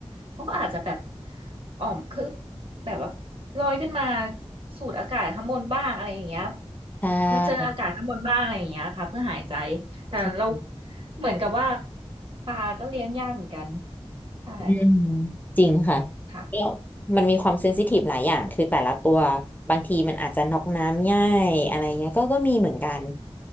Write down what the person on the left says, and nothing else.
ใช่
ใช่
อืมจริงค่ะ
แล้วมันมีความเซนซิทีฟหลายอย่างคือแต่ละตัวบางทีมันอาจจะน็อกน้ำง่ายอะไรเงี้ยก็ก็มีเหมือนกัน